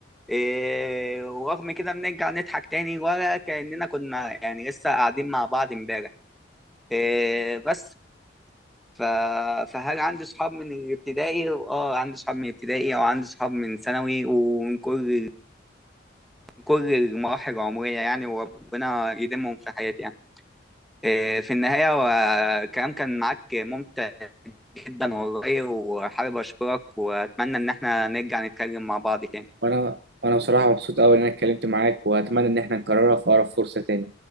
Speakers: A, in the centre; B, on the right.
A: إيه ورغم كده بنرجع نضحك تاني ولا كأننا كنا يعني لسه قاعدين مع بعض امبارح إيه بس ف... فهل عندي صحاب من الابتدائي اه عندي صحاب من الابتدائي او عندي صحاب من ثانوي ومن كل كل المراحل العمرية يعني وربنا يديمهم في حياتي يعني إيه في النهاية والكلام كان معاك ممتع جدا والله وحابب أشكرك وأتمنى إن احنا نرجع نتكلم مع بعض تاني
B: وانا وانا بصراحه مبسوط قوي ان انا اتكلمت معاك واتمنى ان احنا نكررها في اقرب فرصه تاني